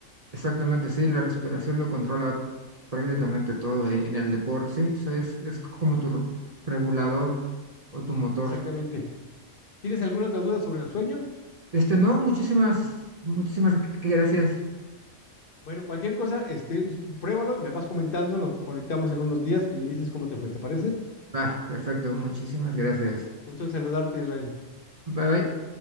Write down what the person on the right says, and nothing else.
exactamente, sí, la respiración lo controla prácticamente todo eh, en el deporte, sí, eso es, es como tu r- regulador o tu motor.
Este, no, muchísimas, muchísimas gracias.
Va, perfecto, muchísimas gracias.
Bye bye.